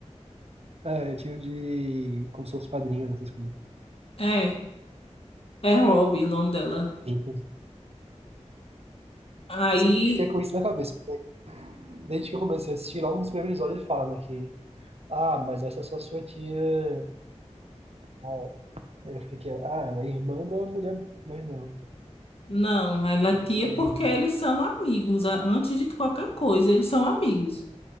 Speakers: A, on the right; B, on the left.
A: É, é tio de... Como se fosse padrinho, né, essas coisas.
B: É, é Robbie o nome dela.
A: Sim.
B: Aí,
A: Eu sempre fiquei com isso na cabeça, porque desde que eu comecei a assistir, logo nos primeiros episódios ele fala, né, que, ah, mas essa é só sua tia. Ah, aí eu fiquei que, ah, ela é irmã da mulher. Mas não,
B: não, ela é
A: eu
B: tia
A: sou
B: porque
A: burro, né?
B: eles são amigos, a- antes de qualquer coisa, eles são amigos,